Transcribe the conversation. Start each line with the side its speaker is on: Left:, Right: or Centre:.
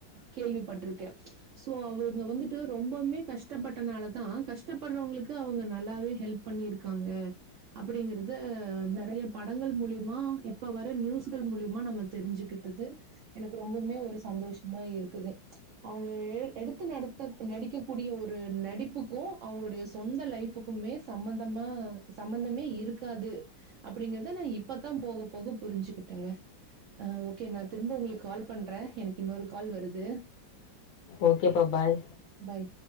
Right: கேள்விப்பட்ருக்கே சோ அவங்க வந்துட்டு ரொம்பமே கஷ்டப்பட்டனால தா கஷ்டப்படுறவங்களுக்கு அவுங்க நல்லாவே ஹெல்ப் பண்ணியிருக்காங்க அப்டிங்கறத நெறய படங்கள் மூலமா இப்ப வர நியூஸ்கள் மூலியமா நம்ம தெரிஞ்சுகிட்டது எனக்கு ரொம்பவுமே ஒரு சந்தோஷமா இருக்குது அவுங்க எடுத்து நடத்து நடிக்கக்க கூடிய ஒரு நடிப்புக்கு அவுங்களுடைய சொந்த லைஃபக்கு மே சம்பந்தமா சம்பந்தமே இருக்காது அப்டிங்கறத நா இப்த்தா போக போக போக புரிஞ்சுகிட்டேங்க அஹ் ஓகே நா திரும்ப உங்களுக்கு கால் பண்றே எனக்கு இன்னொரு கால் வருது
Left: ஓகே ப்பா பாய்
Right: பைய்